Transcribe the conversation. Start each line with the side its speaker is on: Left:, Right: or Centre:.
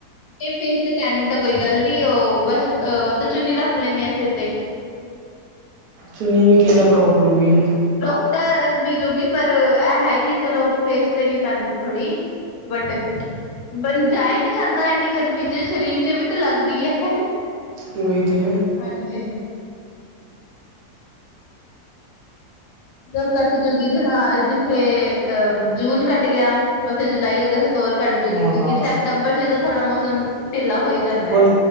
Left: ਤੇ ਫੇਸ ਤੇ ਟੈਨਿੰਗ ਤਾਂ ਕੋਈ ਗੱਲ ਨੀਂ, ਉਹ ਬਸ ਅ ਤੇ ਚੁੰਨੀ ਰੱਖ ਲੈਂਣੀ ਆਂ ਸਿਰ ਤੇ।
Right: ਚੁੰਨੀ ਵੀ ਕਿੰਨਾ ਕੁ ਰੋਕ ਲਉਗੀ।
Left: ਰੁਕ ਤਾਂ ਮਿਲੂਗੀ ਪਰ ਇਹ ਹੈ ਕਿ ਚਲੋ ਫੇਸ ਤੇ ਨਈਂ ਪੈਂਦੀ ਥੋੜ੍ਹੀ। ਬਟ ਬ ਜਾਆ ਨਹੀਂ ਜਾਂਦਾ ਇੰਨੀ ਗਰਮੀ ਚ, ਸਰੀਰ ਚ ਵੀ ਤੇ ਲੱਗਦੀ ਐ। <unintelligible>
Right: ਉਹੀ ਤੇ
Left: ਹਾਂਜੀ-ਹਾਂਜੀ। ਜੋ ਕੱਟ ਜੂ ਕਿ ਜਾਂ ਜਿੱਥੇ ਅ ਜੂਨ ਕੱਟ ਗਿਆ ਉੱਥੇ ਜੁਲਾਈ, ਅਗਸਤ ਵੀ ਹੋਰ ਕੱਟਜੂਗੀ
Right: ਹਾਂ
Left: ਕਿਉਂਕਿ ਸਪਤੰਬਰ 'ਚ ਤਾਂ ਥੋੜਾ ਮੌਸਮ ਢਿੱਲਾ ਹੋਈ ਜਾਂਦਾ
Right: ਖੁੱਲ
Left: ਹੈ